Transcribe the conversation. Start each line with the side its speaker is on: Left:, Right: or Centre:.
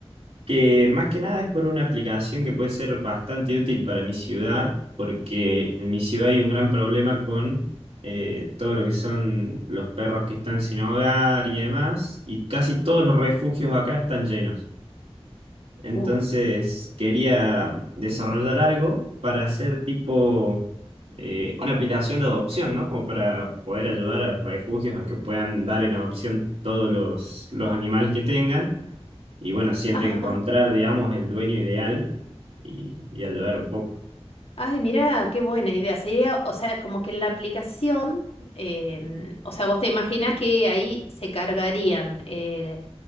Right: que más que nada es por una aplicación que puede ser bastante útil para mi ciudad, porque en mi ciudad hay un gran problema con eh, todo lo que son los perros que están sin hogar y demás, y casi todos los refugios acá están llenos. Entonces
Left: Uf.
Right: quería desarrollar algo para hacer tipo eh, una aplicación de adopción, ¿no? Como para poder ayudar a los refugios a que puedan dar en adopción todos los, los animales que tengan. Y bueno, siempre
Left: Ajá.
Right: encontrar, digamos, el dueño ideal y, y ayudar un poco.
Left: Ay, mira, qué buena idea. Sería, o sea, como que en la aplicación, em, o sea, vos te imaginas que ahí se cargarían eh,